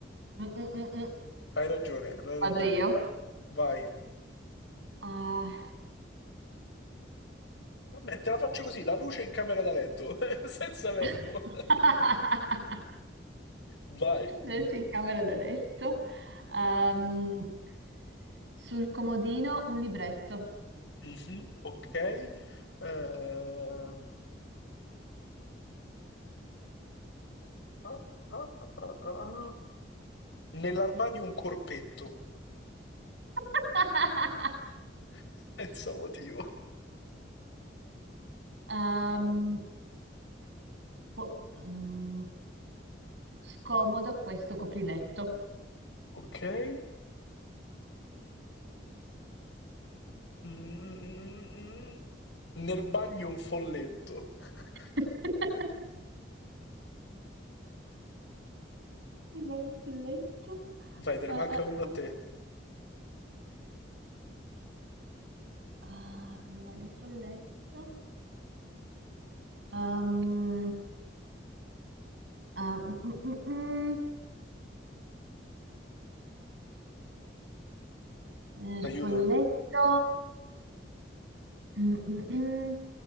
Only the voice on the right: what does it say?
Mm, mm, mm, mm.
Vado io.
Ah,
<laughs>
Letto in camera da letto. Ehm, sul comodino un libretto.
<laughs>
Ehm, po- mm, scomodo questo copriletto.
<laughs> Rimane un folletto.
Ah,
ah,
ah.
Ah, rimane un folletto. Ehm, ah, mm, mm, mm, mm. Eh,
folletto, mm, mm, mm.